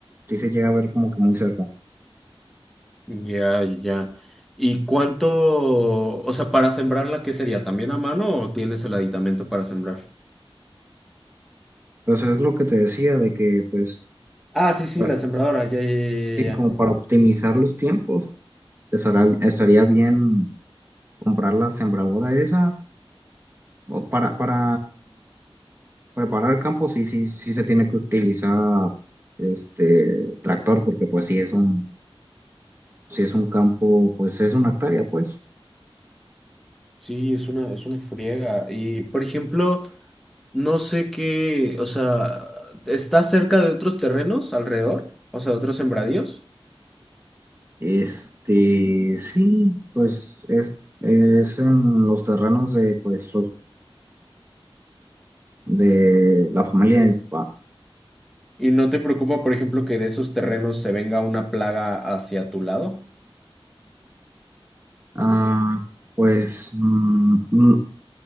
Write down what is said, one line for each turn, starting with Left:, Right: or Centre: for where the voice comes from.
Right: sí se llega a ver como que muy cerca.
Centre: Ya, ya. ¿Y cuánto, o sea, para sembrarla, qué sería? ¿También a mano o tienes el aditamento para sembrar?
Right: Entonces es lo que te decía de que pues
Centre: Ah, sí, sí,
Right: pa-
Centre: la sembradora, ya, ya, ya,
Right: sí,
Centre: ya.
Right: como
Centre: ya.
Right: para optimizar los tiempos estará- estaría bien comprar la sembradora esa O para, para preparar el campo, sí, sí, sí se tiene que utilizar este tractor, porque pues sí es un, sí es un campo, pues es una hectárea, pues.
Centre: Sí, es una, es una friega. Y, por ejemplo, no sé qué, o sea, ¿está cerca de otros terrenos alrededor? O sea, de otros sembradíos.
Right: Este, sí, pues es, es en los terrenos de, pues, los, de la familia de mi papá.
Centre: ¿Y no te preocupa, por ejemplo, que de esos terrenos se venga una plaga hacia tu lado?
Right: Ah, pues mm, mm,